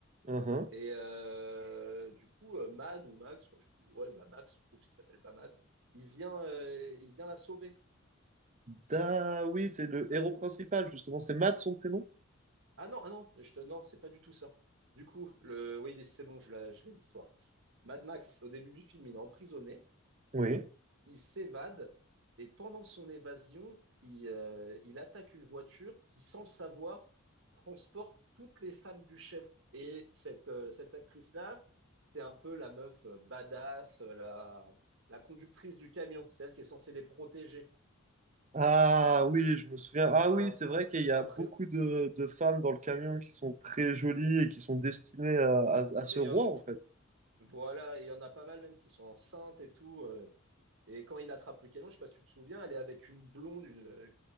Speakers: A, on the right; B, on the right.
A: Uhum.
B: Et euh, du coup, euh, Mad ou Max, enfin, je- ouais, bah Max, du coup, parce qu'il s'appelle pas Mad, il vient, euh, il vient la sauver.
A: Da, oui,
B: Il-
A: c'est le
B: euh,
A: héros principal, justement. C'est Matt, son prénom?
B: Ah non, ah non, je te, non, c'est pas du tout ça. Du coup, le, oui, c'est bon, je l'ai, je l'ai l'histoire. Mad Max, au début du film, il est emprisonné,
A: Oui.
B: il s'évade, et pendant son évasion, il, euh, il attaque une voiture qui, sans le savoir, transporte toutes les femmes du chef. Et cette, euh, cette actrice-là, c'est un peu la meuf euh, badass, euh, la, la conductrice du camion. C'est elle qui est censée les protéger.
A: Ah oui, je me souviens.
B: C'est
A: Ah
B: ça.
A: oui, c'est vrai qu'il y a
B: Après,
A: beaucoup de, de femmes dans le camion qui sont très jolies et qui sont destinées à, à- à ce
B: et il
A: roi,
B: y en-
A: en fait.
B: voilà, et il y en a pas mal même qui sont enceintes et tout. euh, Et quand il attrape le canon, je ne sais pas si tu te souviens, elle est avec une blonde, une euh,